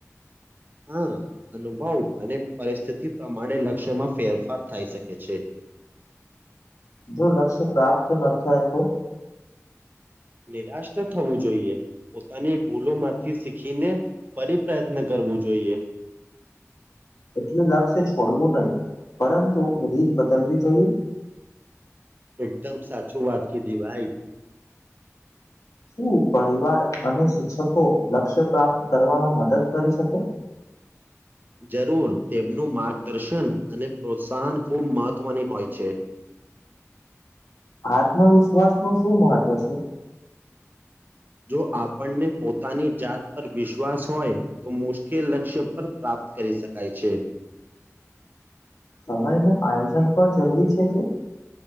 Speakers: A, on the right (about 35°); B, on the left (about 85°).
A: હા! અનુભવ અને પરિસ્થિતિ પ્રમાણે લક્ષ્યમાં ફેરફાર થાય શકે છે.
B: જો લક્ષ્ય પ્રાપ્ત ન થાય તો?
A: નિરાશ ન થવું. જોઈએ. પોતાની ભૂલો માંથી શીખીને, ફરી પ્રયત્ન કરવું જોઈએ.
B: એટલું લક્ષશે છોડવું નહી. પરંતુ રીત બદલવી જોઈએ?
A: એકદમ સાચું વાત કીધી ભાઈ.
B: શું પરિવાર અને શિક્ષકો લક્ષ્ય પ્રાપ્ત કરવામાં મદદ કરી શકે? <inaudible>
A: જરૂર. તેમનું માર્ગદર્શન અને પ્રોત્સાહન ખુબ મહત્વની હોય છે.
B: આત્મવિશ્વાસ નું શું મહત્વ છે
A: જો આપણને પોતાની જાત પર વિશ્વાસ હોય તો મુશ્કેલ લક્ષ્ય પર પ્રાપ્ત કરી શકાય છે
B: સમય નું આયોજન પણ જરૂરી છે કે